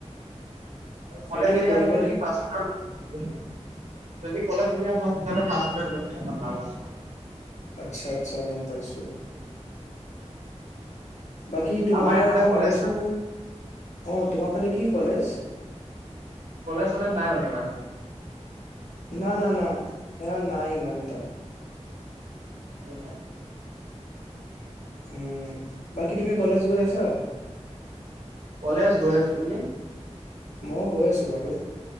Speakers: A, on the right (about 70°); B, on the left (about 75°).
A: আৰু
B: সেইটোয়ে
A: কলেজ এৰিয়া
B: কৰিব
A: হ'লে
B: লাগিব
A: তুমি
B: আৰু
A: যদি কলেজ এৰিয়া হ‌য় তেতিয়া হ'লে ফাৰ্ষ্ট ফুডৰ <unintelligible>
B: আচ্ছা'-আচ্ছা' গম পাইছোঁ। বাকী তোমাৰ
A: আমাৰ ইফালে
B: ম'
A: কলেজ
B: ভাবিছো অঁ তোমাৰ ফালে কি কলেজ?
A: কলেজ চলেজ নাই মানে, ইমান?
B: না না না, সেয়া নাই মানে এটা।
A: সেইকাৰণে
B: হুম, বাকী তুমি কলেজ গৈ আছা?
A: কলেজ গৈ আছো, তুমি?
B: ময়ো গৈ আছোঁ বাৰু,